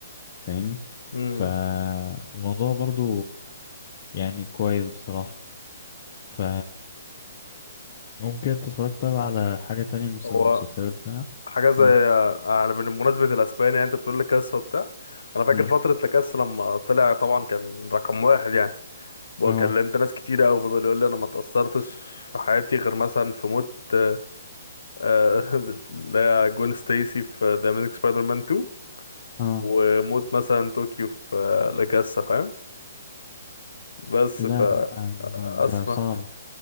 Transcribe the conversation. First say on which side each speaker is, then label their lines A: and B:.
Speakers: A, on the left (about 40°); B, on the left (about 85°).
A: فاهمني
B: امم
A: فالموضوع برضه يعني كويس بصراحة ف ممكن انت اتفرجت طيب على حاجة تانية مثلا
B: هو
A: المسلسلات بتاعها
B: حاجه زي
A: مم.
B: يعني بمناسبه الاسباني يعني انت بتقول لي كاس وبتاع انا فاكر
A: مم.
B: فتره لاكاس لما طلع طبعا كان رقم واحد يعني وكلمت
A: اه
B: ناس كتير قوي فضل يقول لي انا ما اتاثرتش في حياتي غير مثلا في موت آه، <laughs> آه، اللي هي جون ستيسي في ذا اميزنج سبايدر مان 2
A: اه
B: وموت مثلا طوكيو في آه، لاكاسا فاهم بس
A: لا
B: ف
A: لا أنا-
B: اسمع
A: ده صعب